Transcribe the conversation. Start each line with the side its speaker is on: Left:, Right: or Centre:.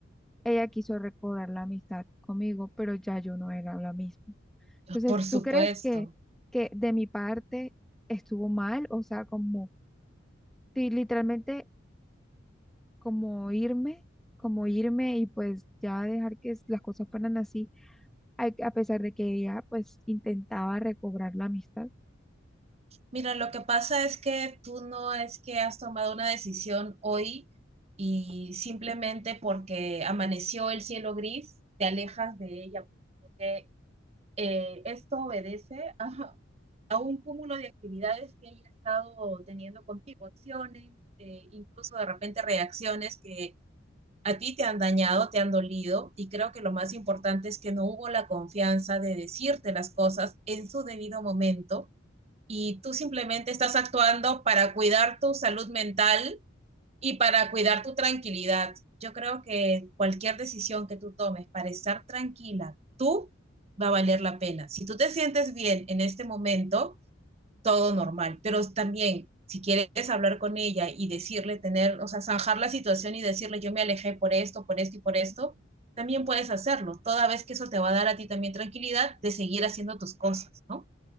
Centre: ella quiso recobrar la amistad conmigo, pero ya yo no era la misma. Entonces,
Right: por supuesto.
Centre: ¿tú crees que, que de mi parte estuvo mal? O sea, como ti- literalmente como irme, como irme y pues ya dejar que las cosas fueran así, a, a pesar de que ella pues intentaba recobrar la amistad.
Right: Mira, lo que pasa es que tú no es que has tomado una decisión hoy y simplemente porque amaneció el cielo gris, te alejas de ella. porque, eh, esto obedece <laughs> a, a un cúmulo de actividades que ella ha estado teniendo contigo, acciones, eh, incluso de repente reacciones que a ti te han dañado, te han dolido, y creo que lo más importante es que no hubo la confianza de decirte las cosas en su debido momento y tú simplemente estás actuando para cuidar tu salud mental y para cuidar tu tranquilidad. Yo creo que cualquier decisión que tú tomes para estar tranquila, tú va a valer la pena. Si tú te sientes bien en este momento, todo normal, pero también si quieres hablar con ella y decirle, tener, o sea, zanjar la situación y decirle, yo me alejé por esto, por esto y por esto, también puedes hacerlo, toda vez que eso te va a dar a ti también tranquilidad de seguir haciendo tus cosas, ¿no?